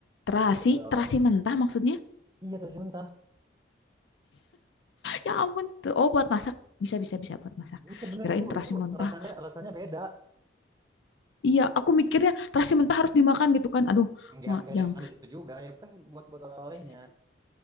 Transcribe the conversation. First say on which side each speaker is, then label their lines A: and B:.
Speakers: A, on the left (about 70°); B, on the right (about 20°).
A: terasi
B: itu betul oleh
A: terasi mentah maksudnya
B: iya terasi mentah
A: ya ampun tuh oh buat masak bisa bisa bisa buat masak
B: Bisa bener
A: kirain
B: itu,
A: terasi
B: itu
A: mentah
B: rasanya rasanya beda.
A: iya aku mikirnya terasi mentah harus dimakan gitu kan aduh
B: Nggak
A: mau
B: nggak dimakan
A: yang
B: di situ juga ya, kan buat buat oleh-olehnya.